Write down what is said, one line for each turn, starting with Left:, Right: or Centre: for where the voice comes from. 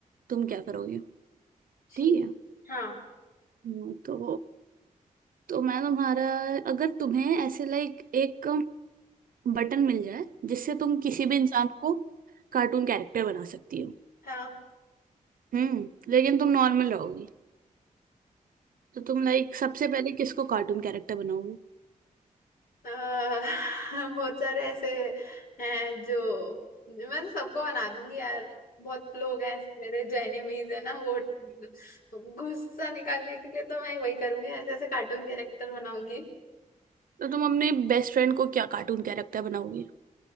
Right: तुम क्या करोगे ठीक
Left: ठीक
Right: है
Left: हाँ
Right: हम्म, तो तो मैं तुम्हारा अगर तुम्हें ऐसे लाइक एक बटन मिल जाए जिससे तुम किसी भी इंसान को कार्टून कैरेक्टर बना सकती हो
Left: हाँ
Right: हम्म लेकिन तुम नॉर्मल रहोगी तो तुम लाइक सबसे पहले किसको कार्टून कैरेक्टर बनाओगे
Left: अ, <laughs> बहुत सारे ऐसे हैं जो जो मैं तो सबको बना दूंगी यार बहुत लोग हैं ऐसे मेरे जो एनिमीज है ना वो गुस्सा निकालने के लिए तो मैं वही करूंगी ऐसे ऐसे कार्टून कैरेक्टर बनाऊंगी
Right: तो तुम अपने बेस्ट फ्रेंड को क्या कार्टून कैरेक्टर बनाओगी